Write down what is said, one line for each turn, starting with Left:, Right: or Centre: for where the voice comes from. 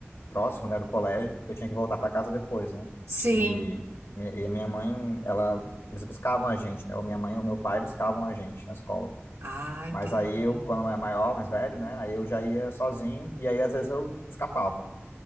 Left: próximo, né, do colégio, porque eu tinha que voltar para casa depois, né?
Right: Sim.
Left: E, mi- e a minha mãe, ela, eles buscavam a gente, né? Ou minha mãe ou meu pai buscavam a gente na escola.
Right: Ah, entendi.
Left: Mas aí eu, quando era maior, mais velho, né? Aí eu já ia sozinho e aí às vezes eu escapava.